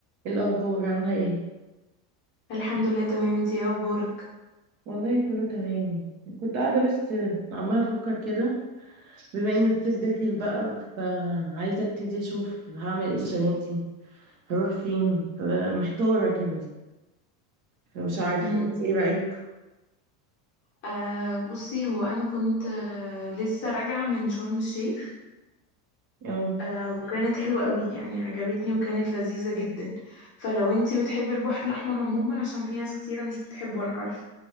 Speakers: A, on the right; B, on the left.
A: إيه الاخبار عامله ايه
B: الحمد لله تمام انتي ايه اخبارك
A: والله كله تمام كنت قاعده بس عماله افكر كده بما ان الصيف داخل بقى فعايزه ابتدي اشوف هعمل ايه السنه دي هروح فين فمحتاره كده فمش عارفه
B: امم
A: انت ايه رايك
B: آه بصي هو انا كنت آه لسه راجعه من شرم الشيخ
A: اه
B: آه وكانت حلوه قوي يعني عجبتني وكانت لذيذه جدا فلو انتي بتحبي البحر الاحمر عموما عشان في ناس كتيره مش بتحبه انا عارفه